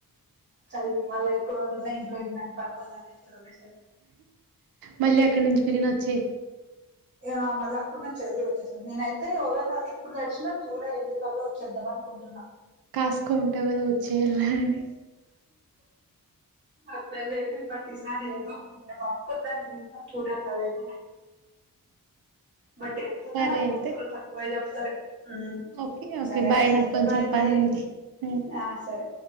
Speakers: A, on the right; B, on the right.
A: సరే మల్ల ఎక్కువ రోజులున్నా ఇంట్లో ఇంక నన్ను పట్టుకొని లాగేస్తారు ఒకేసారి
B: మళ్ళీ అక్కడి నుంచి పినినోచేయ్
A: ఇగా ఆ మళ్ళ అక్కడ నుంచి వెళ్ళి వచ్చేసా నేనయి తే ఓవేళ ఎప్పుడు నడిచ్చినా జూలై ఎండ్ కళ్ల వచ్చేద్దాం అనుకుంటున్నా
B: కాసుకో ఉంటావు కదా వచ్చేఏల్లని
A: అట్లేం లేదు ఈ ప్రతిసారీ ఏదో వక్కుందానీ నేను ఇంట్లో చూడాలను అదేమో బట్ ఎంతున్నా
B: సరే
A: నాకు
B: అయితే
A: డబ్బులు తక్కువే చెప్తారు ఊ
B: ఓకే ఓకే
A: సరే
B: బాయ్
A: అట్లైతే
B: నాకు కొంచెం
A: బాయ్ బై
B: పని ఉంది
A: ఆ సరే